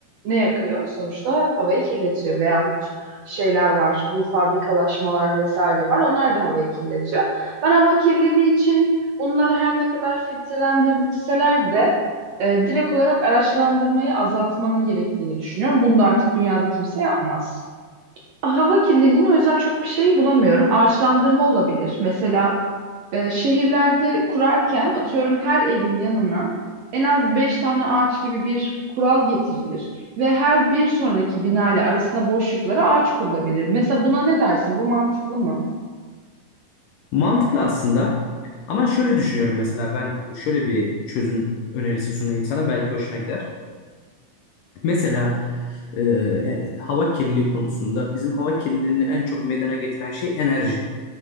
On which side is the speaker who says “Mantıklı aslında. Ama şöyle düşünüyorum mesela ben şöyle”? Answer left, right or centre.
Left